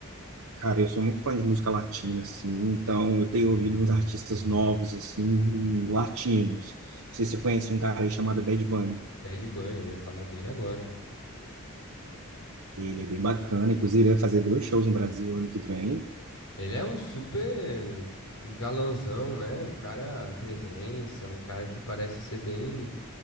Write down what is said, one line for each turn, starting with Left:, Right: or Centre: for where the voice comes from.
Right: cara, eu sou muito fã de música latina, assim, então eu tenho ouvido uns artistas novos, assim, latinos. Não sei se você conhece um cara aí chamado Bad Bunny.
Left: Bad Bunny, eu ia falar dele agora.
Right: Ele é bem bacana, inclusive ele vai fazer dois shows no Brasil ano que vem.
Left: Ele é um super um galanzão, né? Um cara presença, um cara que parece ser bem,